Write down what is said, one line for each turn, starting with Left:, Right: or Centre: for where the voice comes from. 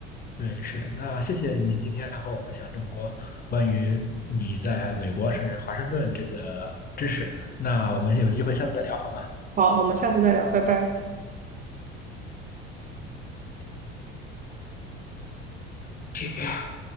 Left: 对，是的。那谢谢你今天和我分享这么多关于你在美国甚至华盛顿这些知识。那我们有机会下次再聊好吗？
Right: 好，我们下次再聊，拜拜。
Left: 是的。